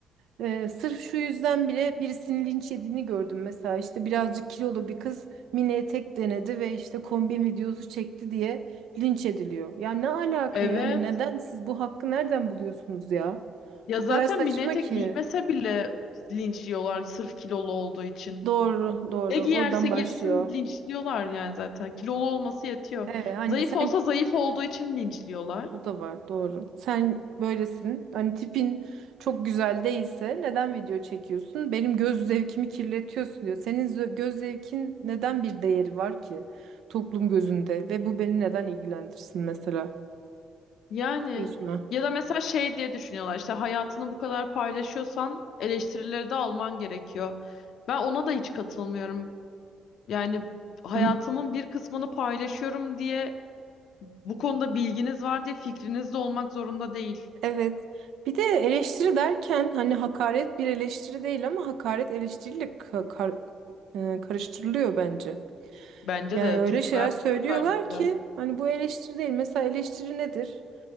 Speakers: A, on the right (about 75°); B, on the left (about 75°).
A: Ee, sırf şu yüzden bile birisinin linç yediğini gördüm mesela işte birazcık kilolu bir kız mini etek denedi ve işte kombin videosu çekti diye linç ediliyor. Ya ne alaka
B: Evet.
A: yani neden siz bu hakkı nereden buluyorsunuz ya?
B: Ya
A: O
B: zaten
A: kadar saçma
B: mini etek
A: ki.
B: giymese bile linçliyorlar sırf kilolu olduğu için.
A: Doğru doğru
B: Ne giyerse
A: oradan
B: girsin
A: başlıyor.
B: linçliyorlar yani zaten. Kilolu olması yetiyor.
A: Evet hani
B: Zayıf
A: sen
B: olsa zayıf olduğu için linçliyorlar.
A: O da var doğru. Sen böylesin. Hani tipin çok güzel değilse neden video çekiyorsun? Benim göz zevkimi kirletiyorsun diyor. Senin zö- göz zevkin neden bir değeri var ki toplum gözünde ve bu beni neden ilgilendirsin mesela?
B: Yani
A: Gözüme.
B: ya da mesela şey diye düşünüyorlar işte hayatını bu kadar paylaşıyorsan eleştirileri de alman gerekiyor. Ben ona da hiç katılmıyorum. Yani hayatımın
A: Hı. <clears throat>
B: bir kısmını paylaşıyorum diye bu konuda bilginiz var diye fikriniz de olmak zorunda değil.
A: Evet. Bir de eleştiri derken hani hakaret bir eleştiri değil ama hakaret eleştiriyle ka- kar- e, karıştırılıyor bence.
B: Bence
A: Yani
B: de
A: öyle
B: Türklerde
A: şeyler söylüyorlar
B: özellikle.
A: ki hani bu eleştiri değil. Mesela eleştiri nedir?